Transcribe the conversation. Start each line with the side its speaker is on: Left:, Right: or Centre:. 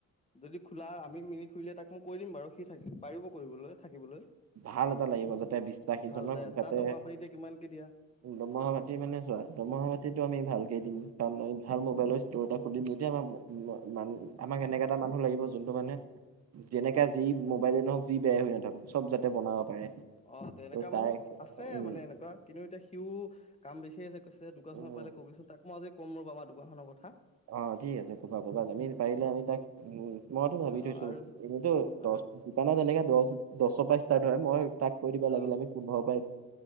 Left: যদি খোলা আমি মিলি খুলিলে তাক মোক কৈ দিম বাৰু সি থাকি পাৰিব কৰিবলৈ থাকিবলৈ।
Right: ভাল এটা লাগিব যাতে বিশ্বাসীজনক
Left: ভাল তাই আছে
Right: যাতে
Left: তাত দৰমহা আপুনি এতিয়া কিমানকে দিয়া?
Right: দৰমহা পাতি মানে চোৱা দৰমহা পাতিটো আমি ভালকে দিম কাৰণ আমি ভাল মোবাইলৰ ষ্টৰ এটা খুলিম যেতিয়া আমাৰ মান আমাক এনেকা এটা মানুহ লাগিব যোনটো মানুহে যেনেকা যি মোবাইলে নহওক যি বেয়াই হৈ নাথাকোক। যাতে বনাব পাৰে।
Left: অ', তেনেকুৱা
Right: তাৰ
Left: মানুহ আছে
Right: উম
Left: মানে এনেকুৱা কিন্তু এতিয়া সিও কাম বিচাৰি আছে কৈছে দোকান
Right: উম,
Left: চোকান পালে কবিচোন তাক মই আজি কম ৰবা আমাৰ দোকানখনৰ কথা।
Right: অ', ঠিক আছে ক'বা ক'বা আমি পাৰিলে আমি তাক উম, মইতো ভাবি
Left: অ
Right: থৈছো
Left: আৰু
Right: এনেটো
Left: উম
Right: দহ
Left: আৰু
Right: দোকানত এনেকৈ দহ দহৰ পৰা ষ্টাৰ্ট হয় মই তাক কৈ দিবা
Left: অ
Right: লাগিলে আমি পোন্ধৰ পৰা